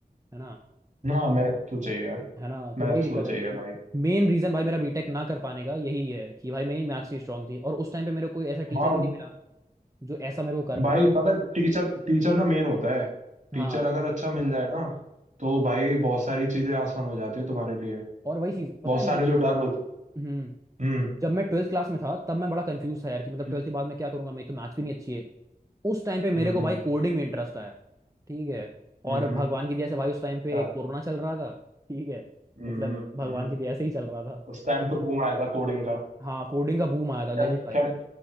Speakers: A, on the right; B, on the right.
A: है ना
B: ना मैथ तो चाहिए
A: है ना
B: मैथ
A: तो वही दिक्कत
B: तो चाहिए
A: है
B: भाई
A: मेन रीजन भाई मेरा बीटेक ना कर पाने का यही है कि भाई मेरी मैथ्स नहीं स्ट्रांग थी और उस टाइम पे मेरे को कोई ऐसा टीचर
B: हाँ
A: भी नहीं मिला जो ऐसा मेरे को कर पाए
B: भाई पता टीचर टीचर ना मेन होता है टीचर
A: हाँ
B: अगर अच्छा मिल जाए ना तो भाई बहुत सारी चीजें आसान हो जाती है तुम्हारे लिए
A: और वही चीज पता
B: बहुत
A: है
B: सारे
A: मैं-
B: जो डर होते
A: हम्म
B: हम्म
A: जब मैं ट्वेल्थ क्लास में था तब मैं बड़ा कंफ्यूज था यार कि मतलब
B: हम्म
A: ट्वेल्थ के बाद मैं क्या करूंगा मेरी तो मैथ्स भी नहीं अच्छी है उस टाइम पे मेरे
B: हम्म
A: को
B: हम्म।
A: भाई कोडिंग में इंटरेस्ट आया ठीक है
B: हम्म
A: और
B: हम्म
A: भगवान की दया से भाई उस टाइम पे
B: अच्छा
A: कोरोना चल रहा था ठीक है
B: हम्म
A: मतलब भगवान
B: हम्म।
A: की दया से ही चल रहा था
B: उस टाइम तो बूम आया था कोडिंग का
A: हाँ कोडिंग का बूम आया था लेजिट
B: खैर
A: भाई
B: खैर